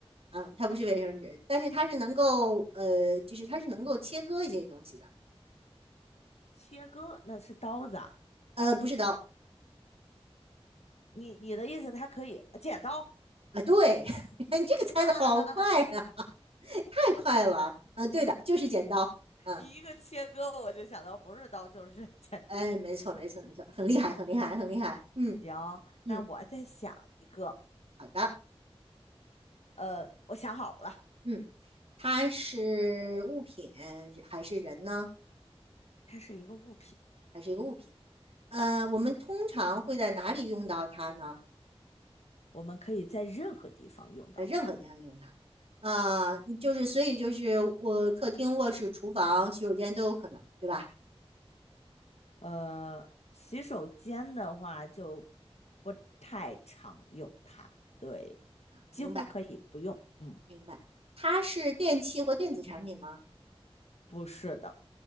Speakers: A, on the right; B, on the left.
A: 啊，它不是卫生纸，但是它是能够，呃，就是它是能够切割一些东西的，
B: 切割那是刀子啊。
A: 呃，不是刀，
B: 你你的意思，它可以剪刀？
A: 啊，对，<laughs> 你这个猜的好快呀、
B: <laughs> 哈哈哈哈，
A: <laughs> 太快了，啊，对的，就是剪刀，嗯，
B: 你一个切割，我就想到不是刀就是剪。
A: 哎，没错，没错，没错，很厉害，很厉害，
B: 嗯，
A: 很厉害，嗯
B: 行，
A: 嗯，
B: 那我再想一个。
A: 好的，
B: 呃，我想好了，
A: 嗯，它是物品还是人呢？
B: 它是一个物品，
A: 还是一个物品？呃，我们通常会在哪里用到它呢？
B: 我们可以在任何地方用到它。
A: 在任何地方用它。啊、就是所以就是我客厅、卧室、厨房、洗手间都有可能，对吧？
B: 呃，洗手间的话就不太常用它，对，几乎可以不用。
A: 明白，
B: 嗯，
A: 明白。它是电器或电子产品吗？
B: 不是的，